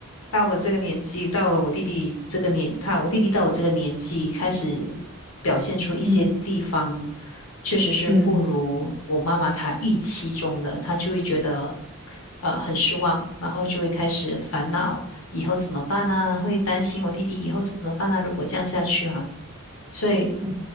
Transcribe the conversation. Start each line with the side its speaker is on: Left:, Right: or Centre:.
Left: 到了这个年纪，到了我弟弟这个年，她，我弟弟到了这个年纪，开始表现出一些地方
Centre: 嗯
Left: 确实是不如我妈妈她预期中的，
Centre: 嗯
Left: 她就会觉得。呃，很失望，然后就会开始烦恼，以后怎么办啊？会担心我弟弟以后怎么办啊？如果这样下去啊，所以
Centre: 嗯